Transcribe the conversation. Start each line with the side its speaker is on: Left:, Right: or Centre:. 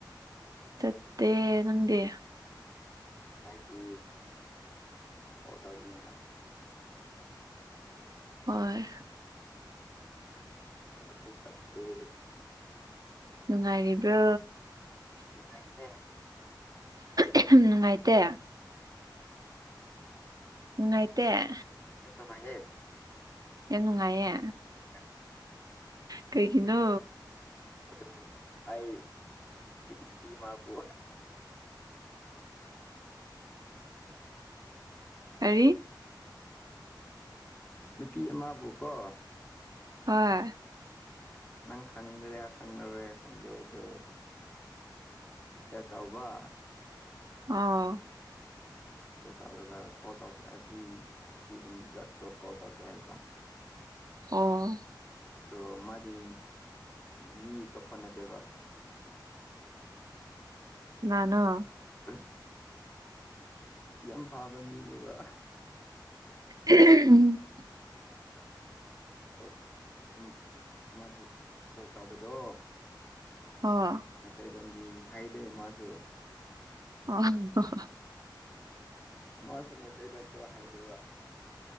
Right: ꯆꯠꯇꯦ ꯅꯪꯗꯤ
Left: ꯍꯥꯢꯗꯤ ꯀꯣꯜ ꯇꯧꯗꯅꯤꯡꯉꯥꯏ
Right: ꯍꯣꯏ
Left: ꯊꯕꯛꯁꯨ ꯆꯠꯇꯦ
Right: ꯅꯨꯡꯉꯥꯏꯔꯤꯕ꯭ꯔꯣ
Left: ꯅꯨꯡꯉꯥꯏꯇ‌ꯦ
Right: ꯌꯥꯝ ꯅꯨꯡꯉꯥꯏꯇꯦ ꯅꯨꯡꯉꯥꯏꯇ‌ꯦ
Left: ꯌꯥꯝ ꯅꯨꯡꯉꯥꯏꯌ‌ꯦ
Right: ꯌꯥꯝ ꯅꯨꯡꯉꯥꯏꯌꯦ
Left: ꯍ <unintelligible>
Right: ꯀꯩꯒꯤꯅꯣ
Left: ꯑꯗꯨ ꯑꯩ ꯅꯨꯄꯤꯃꯥ ꯄꯨ
Right: ꯀꯔꯤ
Left: ꯅꯨꯄꯤ ꯑꯃꯕꯨ ꯀꯣ
Right: ꯍ‌ꯣꯏ
Left: ꯅꯪ ꯈꯪꯒ꯭ꯔꯤꯔ ꯈꯪꯂꯣꯏꯔ ꯈꯪꯗꯦ ꯑꯗꯨ ꯆꯦꯠꯇꯧꯕ
Right: ꯑꯣ
Left: ꯑꯣ ꯇꯧꯔꯒ ꯀꯣꯜ ꯇꯧ ꯑꯁꯤ ꯑꯁꯤꯒꯨꯝꯕ ꯖꯠꯇꯣ ꯀꯣꯜ ꯇꯧꯁꯩ ꯍꯥꯏꯕ
Right: ꯑꯣ
Left: ꯑꯗꯣ ꯃꯥꯗꯤ ꯃꯤ ꯇꯣꯛꯄ ꯅꯠꯇꯦꯕ
Right: ꯀꯅꯥꯅ‌ꯣ
Left: ꯑꯁ ꯌꯥꯝ ꯐꯥꯕ ꯃꯤꯅꯦꯕ
Right: ꯎꯝ
Left: ꯑꯗꯨꯝ ꯃꯥꯁꯨ ꯀꯣꯜ ꯇꯧꯕꯗꯣ
Right: ꯍꯥ
Left: ꯃꯩꯇꯩꯂꯣꯟꯗꯤ ꯍꯥꯏꯗꯦ ꯃꯥꯁꯨ
Right: ꯑꯣ
Left: ꯃꯥꯁꯨ ꯃꯩꯇꯩꯂꯣꯟꯗꯣ ꯍꯥꯏꯕ